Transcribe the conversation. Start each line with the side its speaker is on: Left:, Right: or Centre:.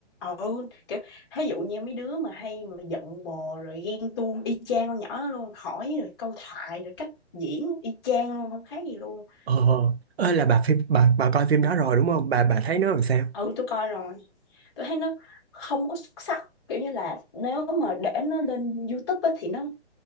Left: ừ kiểu ví dụ như mấy đứa mà hay mà giận bò rồi ghen tuông y chang con nhỏ đó luôn hỏi rồi câu thoại rồi cách diễn y chang luôn không khác gì luôn
Right: Ờ, ơ là bà phim bà bà coi phim đó rồi đúng không? Bà bà thấy nó làm sao?
Left: ừ tôi coi rồi tôi thấy nó không có xuất sắc kiểu như là nếu mà để nó lên YouTube á, thì nó